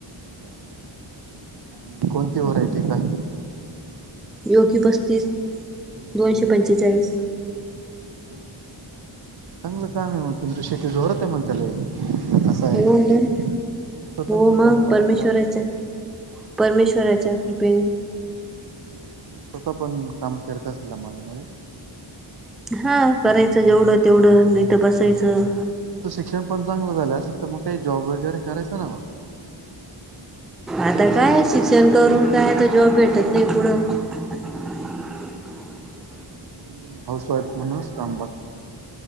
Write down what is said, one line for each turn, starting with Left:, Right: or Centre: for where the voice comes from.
Right: बर बर चालेल आणि कोणती व्हरायटी काही?
Centre: योगी पस्तीस.
Right: <unintelligible> दोनशे
Centre: दोनशे पंचेचाळीस.
Right: पंचेचाळीस, चांगलं काम आहे मग तुमच शेती जोरात आहे मग. चाललंय असं
Centre: हो
Right: आहे. <unintelligible>
Centre: मग
Right: तुम्ही स्वतः
Centre: हो
Right: पण
Centre: मग
Right: काम करता
Centre: परमेश्वराच्या
Right: का ओ?
Centre: परमेश्वराच्या कृपेने.
Right: हं तुम्ही स्वतः पण काम करता असाल ना मळ्यामध्ये?
Centre: हा करायचं जेवढं तेवढं नाहीतर बसायचं.
Right: तुमचं शिक्षण पण चांगलं झालं असेल तर मग काही जॉब वगैरे करायचं ना मग.
Centre: आता काय शिक्षण करून काय तर जॉब भेटत नाही पुढं. <inaudible>
Right: मग तुम्ही हाऊस वाईफ म्हणूनच काम बघता का?